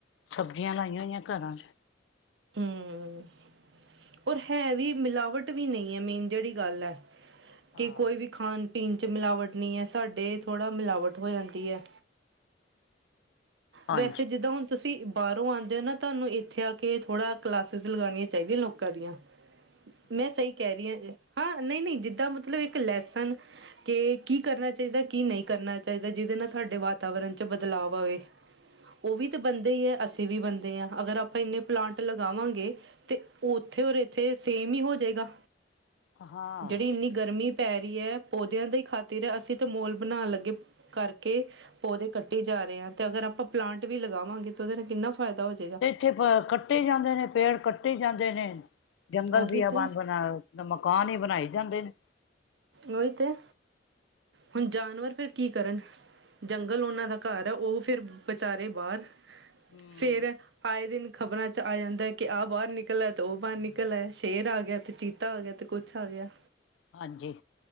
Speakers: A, on the left; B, on the right.
A: ਸਬਜ਼ੀਆਂ ਲਾਈਆਂ ਹੋਈਆਂ ਘਰਾਂ ਚ।
B: ਹੂੰ। ਔਰ ਹੈ ਵੀ ਮਿਲਾਵਟ ਵੀ ਨਹੀਂ ਹੈ ਮੇਨ ਜਿਹੜੀ ਗੱਲ ਹੈ
A: ਹਾਂ
B: ਕਿ ਕੋਈ ਵੀ ਖਾਣ ਪੀਣ ਚ ਮਿਲਾਵਟ ਨਹੀਂ ਹੈ ਸਾਡੇ ਥੋੜ੍ਹਾ ਮਿਲਾਵਟ ਹੋ ਜਾਂਦੀ ਹੈ।
A: ਹਾਂਜੀ
B: ਵੈਸੇ ਜਿੱਦਾਂ ਹੁਣ ਤੁਸੀਂ ਬਾਹਰੋਂ ਆਉਂਦੇ ਹੋ ਨਾ ਤੁਹਾਨੂੰ ਇੱਥੇ ਆ ਕੇ ਥੋੜ੍ਹਾ ਕਲਾਸਿਸ ਲਗਾਉਣੀਆਂ ਚਾਹੀਦੀਆਂ ਲੋਕਾਂ ਦੀਆਂ ਮੈਂ ਸਹੀ ਕਹਿ ਰਹੀ ਹਾਂ ਹਾਂ ਨਹੀਂ, ਨਹੀਂ ਜਿੱਦਾਂ ਮਤਲਬ ਇੱਕ ਲੈਸਨ ਕਿ ਕੀ ਕਰਨਾ ਚਾਹੀਦਾ ਕੀ ਨਹੀਂ ਕਰਨਾ ਚਾਹੀਦਾ ਜਿਹਦੇ ਨਾਲ ਸਾਡੇ ਵਾਤਾਵਰਨ ਚ ਬਦਲਾਵ ਆਵੇ? ਉਹ ਵੀ ਤਾਂ ਬੰਦੇ ਹੀ ਹੈ, ਅਸੀਂ ਵੀ ਬੰਦੇ ਹਾਂ ਅਗਰ ਆਪਾਂ ਇੰਨੇ ਪਲਾਂਟ ਲਗਾਵਾਂਗੇ ਤੇ ਉੱਥੇ ਔਰ ਇੱਥੇ ਸੇਮ ਹੀ ਹੋ ਜਾਏਗਾ।
A: ਹਾਂ
B: ਜਿਹੜੀ ਇੰਨੀ ਗਰਮੀ ਪੈ ਰਹੀ ਹੈ ਪੌਦਿਆਂ ਦੀ ਹੀ ਖਾਤਰ ਹੈ ਅਸੀਂ ਤਾਂ ਮੋਲ ਬਣਾਉਣ ਲੱਗੇ ਕਰਕੇ ਪੌਦੇ ਕੱਟੀ ਜਾ ਰਹੇ ਆ ਤੇ ਅਗਰ ਆਪਾਂ ਪਲਾਂਟ ਵੀ ਲਗਾਵਾਂਗੇ ਤਾਂ ਉਹਦੇ ਨਾਲ ਕਿੰਨਾ ਫਾਇਦਾ ਹੋ ਜਾ
A: ਤੇ ਇੱਥੇ ਕੱਟੀ ਜਾਂਦੇ ਨੇ, ਪੇੜ ਕੱਟੀ ਜਾਂਦੇ ਨੇ ਜੰਗਲ
B: ਉਹੀ
A: ਬਿਆ ਬਾਨ
B: ਤਾਂ
A: ਬਣਾਓ। ਨ ਮਕਾਨ ਹੀ ਬਣਾਏ ਜਾਂਦੇ ਨੇ।
B: ਓਹੀ ਤੋ ਹੁਣ ਜਾਨਵਰ ਫੇਰ ਕੀ ਕਰਨ? ਜੰਗਲ ਉਹਨਾਂ ਦਾ ਘਰ ਆ ਉਹ ਫਿਰ ਵਿਚਾਰੇ ਬਾਹਰ,
A: ਹੂੰ
B: ਫਿਰ ਆਏ ਦਿਨ ਖ਼ਬਰਾਂ ਚ ਆ ਜਾਂਦਾ ਐ ਕਿ ਆਹ ਬਾਹਰ ਨਿਕਲ ਲਿਆ ਤੇ ਉਹ ਬਾਹਰ ਨਿਕਲ ਲਿਆ ਸ਼ੇਰ ਆ ਗਿਆ ਤੇ ਚੀਤਾ ਆ ਗਿਆ ਤੇ ਕੁਛ ਆ ਗਿਆ।
A: ਹਾਂਜੀ।